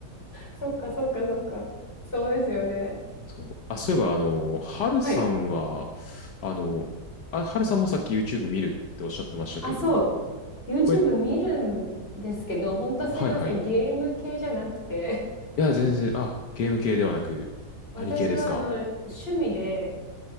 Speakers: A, on the left (about 35°); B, on the left (about 75°).
A: そっかそっかそっか。そうですよね。
B: そう。あ、そういえば、あの、ハルさんは、
A: はい。
B: あの、あ、ハルさんもさっき YouTube 見るっておっしゃってましたけれども、
A: あ、そう。YouTube
B: これ、
A: 見るんですけど、本当すいません。
B: はいはい。い
A: ゲーム系じゃなくて、
B: や、全然、あ、ゲーム系ではなく、
A: 私はあの、
B: 何系ですか
A: 趣味で